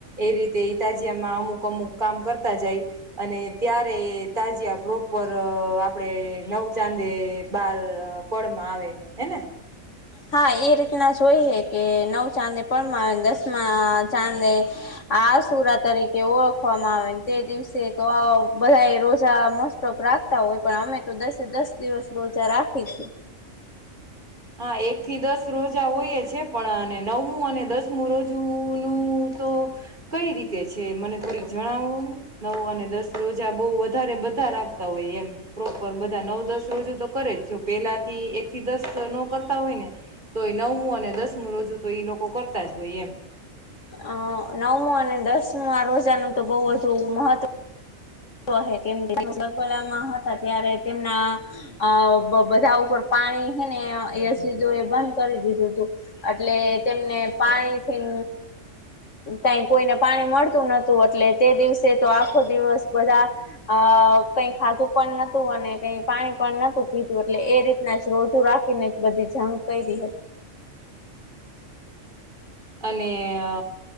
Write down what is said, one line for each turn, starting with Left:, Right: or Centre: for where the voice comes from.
Right: એ રીતે. તાજિયામાં અમુક અમુક કામ કરતા જાય અને ત્યારે તાજિયા પ્રોપર આ આપડે નવ ચાંદે બાર પળમાં આવે હેને?
Left: હા એ રીતના જોઈએ કે નવ ચાંદે પળમાં આવેને દસમાં ચાંદે આસુરા તરીકે ઓળખવામાં આવે ને તે દિવસે તો બધા રોજા મોસ્ટ ઓફ રાખતા હોય પણ અમે તો દસે દસ દિવસ રોજા રાખી છી.
Right: હા એક થી દસ રોજા હોયએ છે પણ નવમું અને દસમું રોજુ નું તો કઈ રીતે છે મને થોડીક જણાવવું ને નવ અને દસ રોજા બહુ વધારે બધા રાખતા હોય એમ પ્રોપર બધા નવ દસ રોજુ તો કરે જ જો પેલાથી એક થી દસ નો કરતા હોય ને તોએ નવમું અને દસમું રોજુ તો ઈ લોકો કરતા જ હોય એમ.
Left: અ નવમું અને દસમું આ રોજાનું તો બઉ વધુ મહત્વ <unintelligible> લામાં હતા ત્યારે તેમના અ બધા ઉપર પાણી હેને યસુદો એ બંધ કરી દીધું હતું એટલે તેમને પાણી થી કઈ કોઈને પાણી મળતું નતું એટલે તે દિવસે તો આખો દિવસ બધા અ કઈ ખાધું પણ નતું અને કઈ પાણી પણ નતું પીધું એટલે એ રીતના જ રોજુ રાખીને બધી જંગ કરી હતી.
Right: અને અ